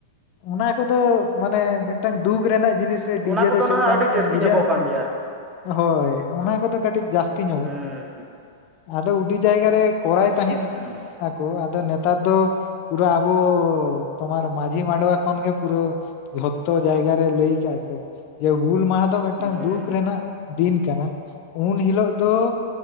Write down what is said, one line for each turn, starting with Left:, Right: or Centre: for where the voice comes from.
Left: ᱚᱱᱟ ᱠᱚᱫᱚ ᱢᱟᱱᱮ ᱢᱤᱫᱴᱟᱝ ᱫᱩᱠ ᱨᱮᱱᱟᱜ ᱡᱤᱱᱤᱥ ᱰᱤᱡᱮ
Right: ᱚᱱᱟ ᱠᱚᱫᱚ
Left: ᱫᱚ ᱪᱮᱫ
Right: ᱱᱟᱦᱟᱜ
Left: ᱠᱟ
Right: ᱟᱹᱰᱤ
Left: ᱢᱤᱫᱴᱟᱝ
Right: ᱡᱟᱹᱥᱛᱤ
Left: ᱵᱩᱡᱟᱹᱜ
Right: ᱧᱚᱜᱚᱜ
Left: ᱟᱥᱮ,
Right: ᱠᱟᱱ ᱜᱮᱭᱟ
Left: ᱦᱳᱭ ᱚᱱᱟ ᱠᱚᱫᱚ ᱠᱟᱹᱴᱤᱡ ᱡᱟᱹᱥᱛᱤ ᱧᱚᱜᱚᱜ
Right: ᱦᱩᱸ
Left: ᱠᱟᱱᱟ᱾ ᱟᱫᱚ ᱩᱹᱰᱤ ᱡᱟᱭᱜᱟ ᱨᱮ ᱠᱚᱨᱟᱭ ᱛᱟᱦᱮᱸᱫ
Right: ᱦᱩᱸ
Left: ᱟᱠᱚ ᱟᱫᱚ ᱱᱮ ᱱᱮᱛᱟᱨ ᱫᱚ ᱯᱩᱨᱟᱹ ᱟᱵᱚ ᱛᱳᱢᱟᱨ ᱢᱟᱹᱡᱷᱤ ᱢᱟᱰᱣᱟ ᱠᱷᱚᱱ ᱜᱮ ᱯᱩᱨᱟᱹ ᱡᱷᱚᱛᱚ ᱡᱟᱭᱜᱟ ᱨᱮ ᱞᱟᱹᱭ ᱠᱟᱜ ᱟᱠᱚ ᱡᱮ ᱦᱩᱞ ᱢᱟᱦᱟ ᱫᱚ ᱢᱤᱫᱴᱟᱝ
Right: ᱦᱩᱸ
Left: ᱫᱩᱠ ᱨᱮᱱᱟᱜ ᱫᱤᱱ ᱠᱟᱱᱟ ᱩᱱ ᱦᱤᱞᱳᱜ ᱫᱚ